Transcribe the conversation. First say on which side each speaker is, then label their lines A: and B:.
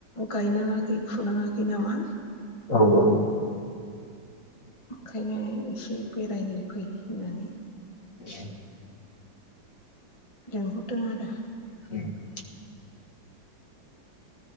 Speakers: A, on the left; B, on the left.
A: गायनाङाखै फुनाङाखै नामा?
B: औ औ
A: ओंखायनो एसे बेरायनो फै होननानै
B: <inaudible>
A: लेंहरदों आरो
B: <inaudible>